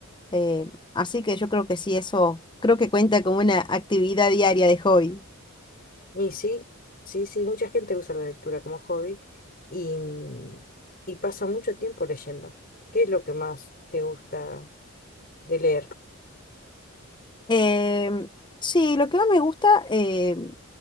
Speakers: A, on the left; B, on the left.
A: Eh, así que yo creo que sí, eso creo que cuenta como una actividad diaria de hobby.
B: Y sí, sí, sí, mucha gente usa la lectura como hobby y, y pasa mucho tiempo leyendo. ¿Qué es lo que más te gusta de leer?
A: Em, sí, lo que más me gusta em,